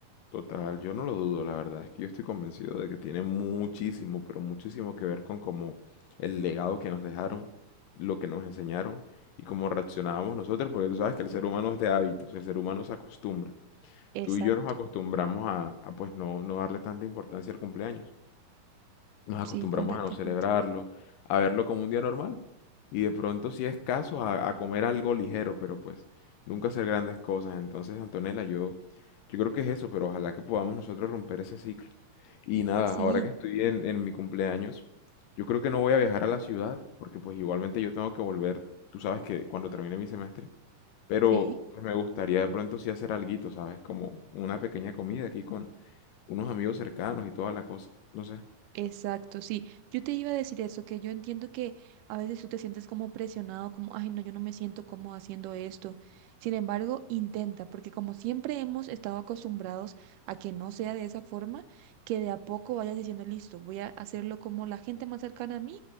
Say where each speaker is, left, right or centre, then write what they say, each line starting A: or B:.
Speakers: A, on the left; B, on the right.
A: Total, yo no lo dudo, la verdad, es que yo estoy convencido de que tiene muchísimo, pero muchísimo que ver con cómo el legado que nos dejaron, lo que nos enseñaron y cómo reaccionábamos nosotros, porque tú sabes que el ser humano es de hábitos, el ser humano se acostumbra.
B: Exacto,
A: Tú y yo nos acostumbramos a, a, pues no, no darle tanta importancia al cumpleaños. Nos acostumbramos
B: sí, completamente.
A: a no celebrarlo, a verlo como un día normal. Y de pronto, si es caso, a, a comer algo ligero, pero pues nunca hacer grandes cosas. Entonces, Antonella, yo, yo creo que es eso, pero ojalá que podamos nosotros romper ese ciclo. Y nada,
B: Sí,
A: ahora que estoy en, en mi cumpleaños, yo creo que no voy a viajar a la ciudad, porque pues igualmente yo tengo que volver, tú sabes que cuando termine mi semestre, pero
B: sí.
A: pues me gustaría de pronto sí hacer alguito, ¿sabes? Como una pequeña comida aquí con unos amigos cercanos y toda la cosa. No sé.
B: Exacto, sí. Yo te iba a decir eso, que yo entiendo que a veces tú te sientes como presionado, como, ay, no, yo no me siento como haciendo esto. Sin embargo, intenta, porque como siempre hemos estado acostumbrados a que no sea de esa forma, que de a poco vayas diciendo, listo, voy a hacerlo como la gente más cercana a mí